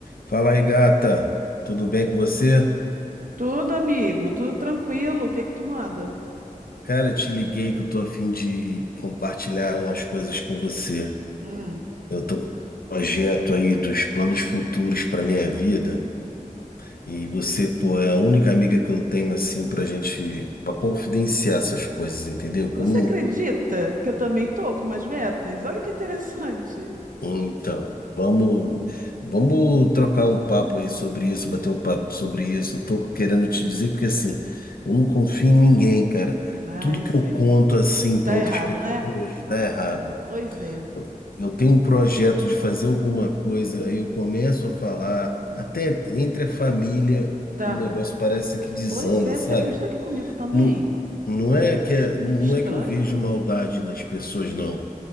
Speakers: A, on the left; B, on the right.
A: Fala aí, gata. Tudo bem com você?
B: Tudo, amigo, tudo tranquilo. O que que tu manda?
A: Cara, eu te liguei que eu tô a fim de compartilhar umas coisas com você.
B: Hum.
A: Eu tô com um projeto aí dos planos futuros para minha vida e você, pô, é a única amiga que eu tenho assim pra gente, pra confidenciar essas coisas, entendeu? Que
B: Você
A: eu não,
B: acredita que eu também tô com umas metas? Olha que interessante.
A: Então, vamos,
B: Hum.
A: vamos trocar um papo aí sobre isso, bater um papo sobre isso. Eu Tô querendo te dizer porque assim, eu não confio em ninguém, cara.
B: Ah,
A: Tudo
B: eu
A: que
B: sei.
A: eu conto assim
B: Dá
A: para outras
B: errado,
A: pessoas
B: né?
A: dá errado.
B: Pois é,
A: Eu eu tenho um projeto de fazer alguma coisa, aí eu começo a falar, até entre a família,
B: dá
A: o
B: ruim.
A: negócio parece que desanda,
B: Pois é,
A: sabe?
B: você acredita que comigo também?
A: Não, não é que é- não
B: Estranho?
A: é que eu vejo maldade nas pessoas, não